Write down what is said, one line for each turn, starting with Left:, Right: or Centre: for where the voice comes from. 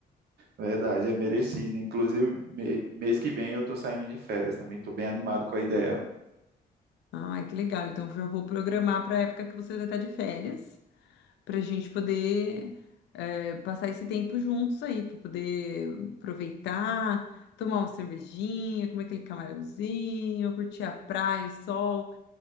Right: Verdade, é merecido. Inclusive, me- mês que vem eu estou saindo de férias também, Estou bem animado com a ideia.
Left: Ai, que legal. Então já vou programar para a época que você vai estar de férias. para a gente poder eh, passar esse tempo juntos aí, para poder aproveitar, tomar uma cervejinha, comer aquele camarãozinho, curtir a praia, o sol